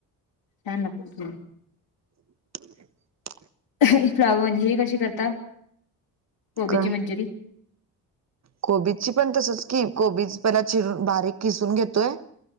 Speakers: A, on the left (about 60°); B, on the right (about 35°).
A: छान लागतं हां
B: <unintelligible>
A: ही फ्लाॅवर अन् ही कशी करता गोबीची
B: काय
A: मंचुरी
B: कोबीची पण तसंच की कोबीज परत शिजवून बारीक किसून घेतोय.